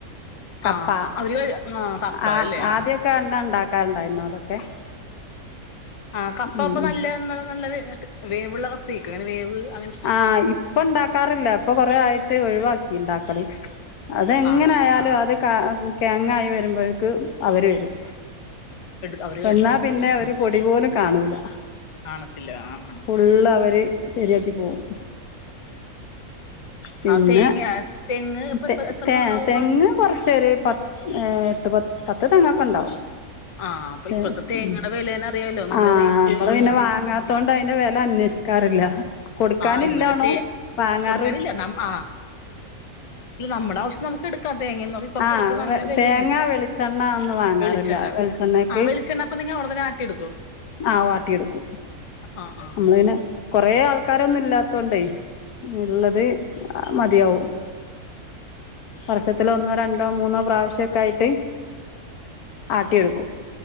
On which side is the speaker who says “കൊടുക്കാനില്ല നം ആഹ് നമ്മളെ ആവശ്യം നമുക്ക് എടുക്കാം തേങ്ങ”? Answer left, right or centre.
Left